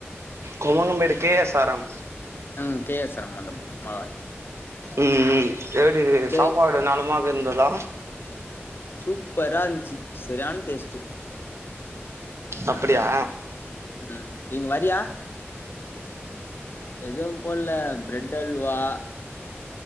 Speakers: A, on the right; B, on the left.
A: கொவங்கமேடு கே எஸ் ஆர் எம்
B: ம் கே எஸ் ஆர் மண்டபம் மகால்
A: ம் ம் எப்டி
B: சரி
A: சாப்பாடு நலமாக இருந்ததா
B: சூப்பராஞ்சி செரியான டேஸ்டு
A: அப்டியா
B: ம் நீ இங்க வரியா எதுவு போட்ல பிரெட் அல்வா